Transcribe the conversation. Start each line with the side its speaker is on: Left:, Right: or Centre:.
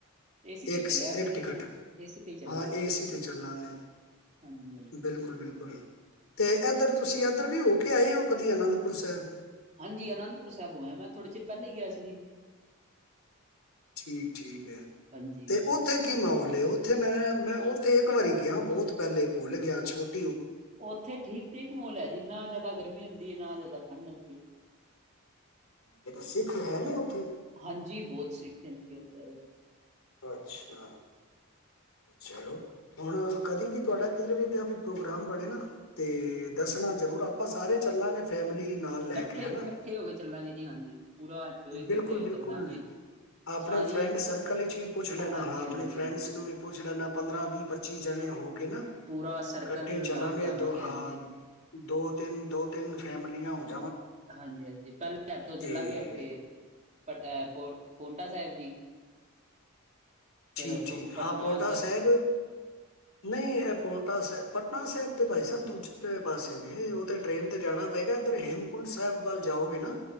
Right: ਏਸੀ ਤੇ
Left: ਇੱਕ
Right: ਹੀ ਚਲਿਆਗਾ
Left: ਸੀ ਇੱਕ
Right: ਜੀ
Left: ਟਿਕਟ
Right: ਫਿਰ ਏਸੀ ਤੇ ਹੀ ਚੱਲਾਂਗੇ
Left: ਹਾਂ ਏ ਸੀ ਤੇ ਚੱਲਾਂਗੇ
Right: ਹਾਂਜੀ ਹਾਂਜੀ
Left: ਬਿਲਕੁਲ ਬਿਲਕੁਲ ਤੇ ਏਧਰ ਤੁਸੀਂ ਇੱਧਰ ਵੀ ਹੋ ਕੇ ਆਏ ਉਹ ਕਦੀ ਅਨੰਦਪੁਰ ਸਾਹਿਬ
Right: ਹਾਂਜੀ ਅਨੰਦਪੁਰ ਸਾਹਿਬ ਹੋਏਆ ਮੈਂ ਥੋੜ੍ਹੇ ਚਿਰ ਪਹਿਲ ਹੀ ਗਿਆ ਸੀ ਜੀ
Left: ਠੀਕ ਠੀਕ
Right: ਹਾਂਜੀ
Left: ਤੇ ਉੱਥੇ ਕੀ ਮਾਹੌਲ ਉੱਥੇ ਮੈਂ ਮੈਂ ਉੱਥੇ ਇੱਕ ਵਾਰੀ ਗਿਆ ਬਹੁਤ ਪਹਿਲੇ ਭੁੱਲ ਗਿਆ ਛੋਟ
Right: ਉੱਥੇ ਠੀਕ ਠੀਕ ਮਹੌਲ ਹੈ ਜਿੰਨਾ ਨਾ ਜ਼ਿਆਦਾ ਗਰਮੀ ਹੁੰਦੀ ਹੈ ਨਾ ਜ਼ਿਆਦਾ ਠੰਡ ਹੁੰਦੀ ਹੈ
Left: ਇਹ ਤਾਂ ਸਿੱਖ ਹੈ ਨੇ ਉੱਥੇ
Right: ਹਾਂਜੀ ਬਹੁਤ ਸਿੱਖ ਹਨ ਉੱਧਰ
Left: ਅੱਛਾ ਚਲੋ ਹੁਣ ਕਦੇ ਵੀ ਤੁਹਾਡਾ ਕਿਧਰ ਵੀ ਵੀ ਪ੍ਰੋਗਰਾਮ ਬਣੇ ਨਾ ਤੇ ਦੱਸਣਾ ਜ਼ਰੂਰ ਆਪਾਂ ਸਾਰੇ ਚੱਲਾਂਗੇ ਫੈਮਿਲੀ ਨਾਲ
Right: ਇਕੱਠੇ
Left: ਲੈ ਕੇ ਹਨਾ
Right: ਇਕੱਠੇ ਹੋ ਕੇ ਚੱਲਾਂਗੇ ਜੀ ਹਾਂਜੀ ਪੂਰਾ ਇੰਜੋਏ ਕਰਦੇ
Left: ਬਿਲਕੁਲ
Right: ਹੋਏ
Left: ਬਿਲਕੁਲ
Right: ਚੱਲਾਂਗੇ
Left: ਆਪਣੇ
Right: ਸਾਰੀ
Left: ਫਰੈਂਡ ਸਰਕਲ ਵਿੱਚ ਵੀ ਪੁੱਛ ਲੈਣਾ
Right: ਹਾਂਜੀ
Left: ਹਾਂ ਆਪਣੇ
Right: ਹਾਂਜੀ
Left: ਫਰੈਂਡਸ ਨੂੰ ਵੀ ਪੁਛ‌ੱ ਲੇਨਾ ਪੰਦਰਾਂ ਵੀਹ ਪੱਚੀ ਜਣੇ ਹੋ ਕੇ ਨਾ
Right: ਪੂਰਾ ਸਰਕਲ
Left: ਇਕੱਠੇ ਚੱਲਾਂਗੇ
Right: ਲਾ ਕੇ ਆਵਾਂਗੇ
Left: ਦੋ ਹਾਂ
Right: ਹਾਂਜੀ
Left: ਦੋ ਤਿੰਨ ਦੋ ਤਿੰਨ ਫੈਮਿਲੀਆਂ ਹੋਦੀਆਂ
Right: ਹਾਂਜੀ ਹਾਂਜੀ ਪਹਿਲੇ ਇੱਥੋਂ ਚੱਲਾਂਗੇ
Left: ਤੇ
Right: ਇੱਥੇ ਪੱਤਾ ਹੈ ਪਾਉਂਟਾ ਸਾਹਿਬ ਜੀ
Left: ਠੀਕ
Right: ਫਿਰ ਉੱਥੋਂ
Left: ਠੀਕ
Right: ਪਟਨਾ
Left: ਹਾਂ ਪਾਉਂਟਾ ਸਾਹਿਬ ਨਹੀਂ ਪਾਉਂਟਾ ਸਾਹਿਬ ਪਟਨਾ ਸਾਹਿਬ ਤੇ ਭਾਈ ਸਾਹਿਬ ਦੂਜੇ ਪਾਸੇ ਵੀ ਉਹ ਤਾਂ ਟ੍ਰਰੇਨ 'ਤੇ ਜਾਣਾ ਪਏਗਾ ਇੱਧਰ ਹੇਮਕੁੰਡ ਸਾਹਿਬ ਵੱਲ ਜਾਓਗੇ ਨਾ